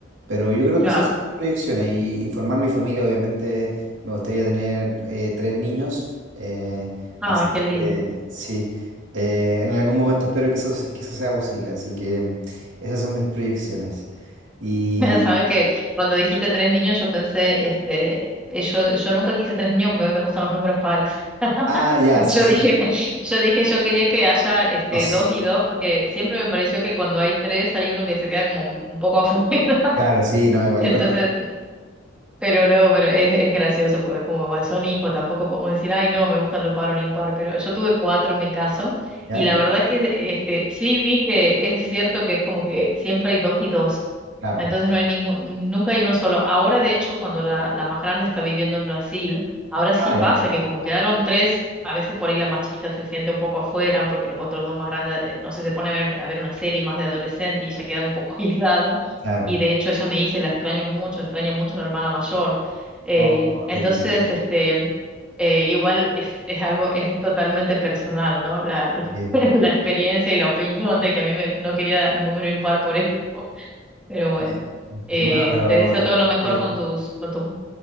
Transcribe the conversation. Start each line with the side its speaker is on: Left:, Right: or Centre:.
Right: Pero yo creo
Centre: Claro.
Right: que esas son mis proyecciones y, y formar mi familia, obviamente me gustaría tener eh, tres niños, eh,
Centre: Ah,
Right: así
Centre: qué lindo.
Right: que sí, eh, en algún momento espero que eso, se- que eso sea posible, así que esas son mis proyecciones. Y.
Centre: <laughs> Sabes que cuando dijiste tres niños, yo pensé, este, eh, yo, yo nunca quise tres niños porque a mí me gustan los números pares. <laughs>
Right: Ah, ya, sí,
Centre: Yo
Right: sí.
Centre: dije, <laughs> yo dije, yo quería que haya este
Right: No s-
Centre: dos y dos, porque siempre me pareció que cuando hay tres hay uno que se queda como un un poco afuera. <laughs>
Right: claro, sí, no, igual
Centre: Entonces,
Right: es verdad.
Centre: Pero no, pero es, es gracioso, pues como, como bueno, son hijos, tampoco podemos decir, ay, no, me gustan los par o el impar, pero yo tuve cuatro en mi caso,
Right: ¿Ya?
Centre: y la verdad que este, sí vi que es cierto que es como que siempre hay dos y dos,
Right: Claro.
Centre: entonces no hay ningún, nunca hay uno solo. Ahora, de hecho, cuando la, la más grande está viviendo en Brasil, ahora sí
Right: Ah,
Centre: pasa
Right: ya,
Centre: que como quedaron tres, a veces por ahí la más chiquita se siente un poco afuera, porque los otros dos más grandes, eh, no sé, se pone a ver, a ver una serie más de adolescente y ella queda un poco <laughs> aislada.
Right: claro.
Centre: Y de hecho ella me dice, la extraño mucho, extraña mucho a la hermana mayor. Eh,
Right: Oh, oh,
Centre: entonces,
Right: qué triste.
Centre: este, eh, igual es, es algo, es totalmente personal, ¿no? La,
Right: Eh,
Centre: <laughs> la experiencia y la opinión de que a mí me, no quería número impar por eso. Pero bueno,
Right: eh,
Centre: eh,
Right: Bueno, pero.
Centre: te deseo
Right: ah,
Centre: todo lo mejor
Right: eh,
Centre: con tus, con tus,